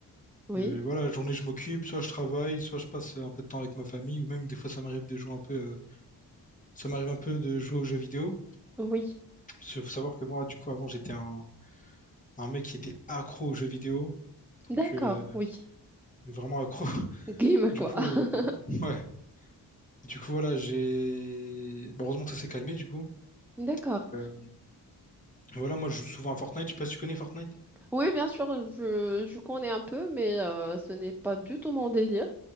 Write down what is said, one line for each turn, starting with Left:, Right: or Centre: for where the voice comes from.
Centre: Oui.
Left: Euh, voilà, la journée, je m'occupe, soit je travaille, soit je passe un peu de temps avec ma famille, ou même des fois, ça m'arrive de jouer un peu, euh, ça m'arrive un peu de jouer aux jeux vidéo.
Centre: Oui.
Left: Parce qu'il faut savoir que moi, du coup, avant, j'étais un, un mec qui était accro aux jeux vidéo,
Centre: D'accord.
Left: donc euh,
Centre: Oui.
Left: vraiment accro. <laughs>
Centre: Game,
Left: Du
Centre: quoi.
Left: coup,
Centre: <laughs>
Left: euh, ouais, du coup, voilà, j'ai. Bon, heureusement que ça s'est calmé, du coup.
Centre: D'accord.
Left: Euh, voilà, moi, je joue souvent à Fortnite, je sais pas si tu connais Fortnite.
Centre: Oui, bien sûr, je, je connais un peu, mais euh, ce n'est pas du tout mon délire.